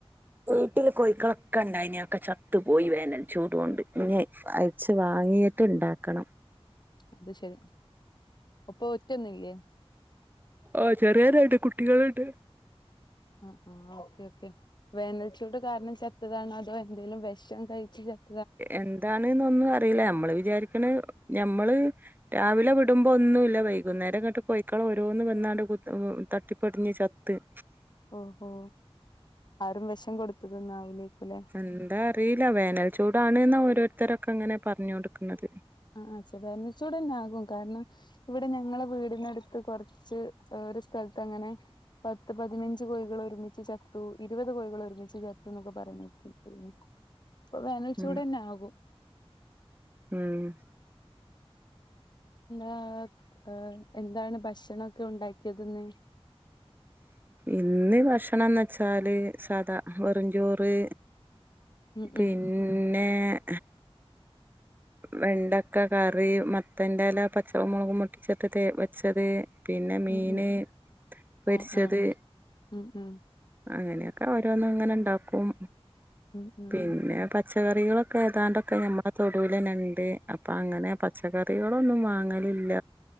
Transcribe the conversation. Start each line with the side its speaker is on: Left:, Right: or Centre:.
Right: വീട്ടി കോഴിക്കളൊക്കെ ഇണ്ടായിനെ അതൊക്ക ചത്തു പോയി വേനൽ ചൂട് കൊണ്ട് ഇച്ചിരി വാങ്ങിയിട്ട് ഇണ്ടാക്കണം
Left: അത് ശരി ഒ <unintelligible> പ്പ ഒ <unintelligible> റ്റന്നില്ലേ
Right: ഓഹ് ചെറിയ രണ്ട് കുട്ടികളുണ്ട്
Left: ആഹ് ആഹ് ഓക്കെ ഓക്കെ വേനൽച്ചൂട് കാരണം ചത്തതാണ് അതോ എന്തേലും വിഷം കഴിച്ച് -
Right: എന്താണ് എന്ന്ന്നൊന്നും അറിയില്ല ഞമ്മള് വിചാരിക്കണ ഞമ്മള്- രാവിലെ വിടുമ്പോ ഒന്നുമില്ല വൈകുന്നേരം തൊട്ട് കോഴിക്കളെ ഓരോന്ന് വന്ന് ആണ്ട് തട്ടിപ്പടിഞ്ഞ് ചത്ത്-
Left: ഓഹ് ഹോ ആരോ വിഷം കൊടുത്തത് എന്ന് ആവേലുംയായിരിക്കും
Right: എന്താ അറിയില്ല വേനൽച്ചൂടാണ് എന്നാ ഓരോരുത്തരൊക്കെ അങ്ങനെ പറഞ്ഞു കൊടുക്കണുന്നത്
Left: ആഹ് ആഹ് വേനൽച്ചുടു തന്നെ ആകും കാരണം- ഇവിടെ ഞങ്ങളെ വീടിനടുത്ത് കൊറച്ച് ഒരു സ്ഥലത്ത് അങ്ങനെ- പത്ത് പതിനഞ്ച് കോഴികൾ ഒരുമിച്ച് ചത്തു ഇരുപത് കോഴികൾ ഒരുമിച്ച് ചത്തു എന്നൊക്കെ പറയ- അപ്പം വെനൽച്ചുട്
Right: ഉം
Left: തന്നെ ആകൂ
Right: ഉം
Left: ആഹ് എന്താണ് ഭക്ഷണക്കെ ഒണ്ടാക്കിയതെന്ന്
Right: ഇന്ന് ഭക്ഷണയെന്ന് വെച്ചാല് സാദാ വെറുംചോറ്
Left: ഉം
Right: പിന്നെ-
Left: ഉം
Right: വെണ്ടക്ക കറി മത്തന്റെയില പച്ചകമുളകും മുട്ടിച്ചി <unintelligible> ട്ട് വെച്ചത് പിന്നെ മീന്
Left: ഉം ഉം
Right: പൊരിച്ചത്
Left: ആഹ് ആഹ് ഉം ഉം
Right: അങ്ങനെയൊക്കെ ഓരോന്നും അങ്ങനെ ഇണ്ടാക്കും
Left: ഉം ഉം
Right: പിന്നെ- പച്ചക്കറികളൊക്കെ ഏതാണ്ടൊക്കെ ഞമ്മളെ - അത് പോലെ ഞണ്ട് അപ്പൊ അങ്ങനെ പച്ചക്കറികളൊന്നും വാങ്ങലില്ല